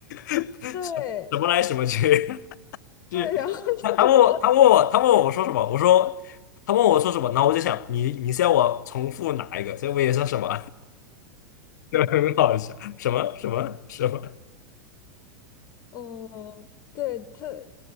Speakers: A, on the left (about 70°); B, on the left (about 45°).
A: <laughs>
B: 对
A: 什什么来什么去，<laughs> 就是他他问我他问我他问我我说什么，
B: 对，然后就是我，
A: 我说他问我说什么，然后我就想你你是要我重复哪一个，所以我也说什么，<laughs> 就很好笑，什么什么什么。
B: 嗯，对他